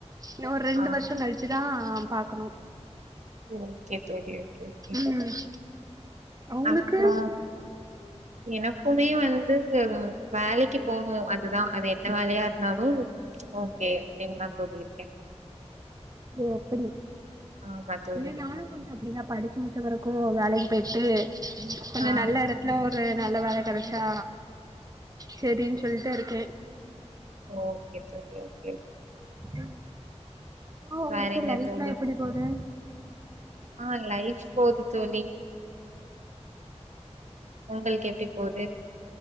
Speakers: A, on the right (about 30°); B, on the right (about 90°).
A: இன்னோ ஒரு ரெண்டு
B: ஆ
A: வருஷம் கழிச்சுதா பாக்கணு
B: ஓகே தோழி ஓகே ஓகே
A: ம் உங்களுக்கு
B: அப்றோ எனக்குமே வந்து வேலக்கு போணு அதுதா அது என்ன வேலையா இருந்தாலும் ஓகே அப்டின்னுதா தோழி இருக்கேன்
A: ஓ அப்புடி
B: ஆமா தோழி
A: இல்ல நானு கொஞ்ச அப்டிதா படிச்சு முடிச்சவரைக்கும் வேலக்கு போச்சு கொஞ்ச
B: ஆ
A: நல்ல எடத்துல ஒரு நல்ல வேல கெடச்சா செரின்னு சொல்லிட்டு இருக்கே
B: ஓகே தோழி ஏ
A: அ அப்றோ உங்களுக்கு
B: வேற என்ன
A: லைஃப்ல்லா
B: தோழி
A: எப்படி போது
B: ஆ லைஃப் போது தோழி உங்களுக் எப் டி போது